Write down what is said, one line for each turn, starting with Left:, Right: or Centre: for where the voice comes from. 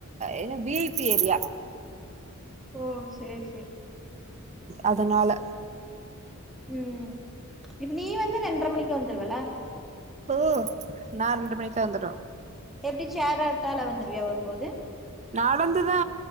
Right: என வி ஐ பி ஏரியா
Centre: ஓ சேரி சே
Right: அதுனால
Centre: உ இப்ப நீ வந்து ரெண்ட்ர மணிக்கு வந் தெருவல
Right: ஓ நா ரெண்டு மணிக்கெல்லா வந்துருவே
Centre: எப்டி சேர் ஆட்டால வந்துருவியா வரும்போது
Right: நடந்துதா